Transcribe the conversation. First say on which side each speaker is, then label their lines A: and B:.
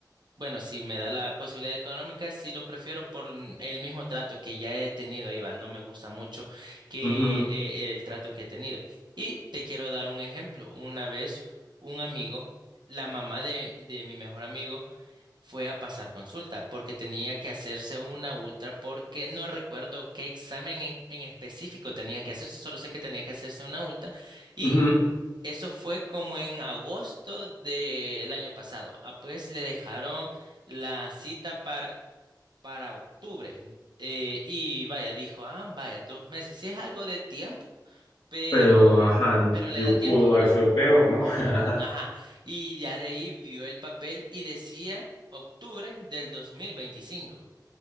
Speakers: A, on the right; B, on the left.
A: bueno, si me da la posibilidad económica, sí lo prefiero por mm, el mismo trato que ya he tenido, ahí va, no me gusta mucho que
B: Ujú,
A: eh, el trato que he tenido. Y te quiero dar un ejemplo. Una vez un amigo, la mamá de de mi mejor amigo, fue a pasar consulta porque tenía que hacerse una ultra porque no recuerdo qué examen en en específico tenía que hacerse, solo sé que tenía que hacerse una ultra y
B: ujú.
A: eso fue como en agosto del año pasado. Ah, pues le dejaron la cita para, para octubre eh, y vaya, dijo, ah, vaya, dos meses, sí es algo de tiempo, pero,
B: pero ajá,
A: pero le
B: yo
A: da tiempo,
B: pudo
A: ¿verdad?
B: haber sido peor, ¿no? <laughs>
A: Ajá, y ya de ahí vio el papel y decía octubre del dos mil veinticinco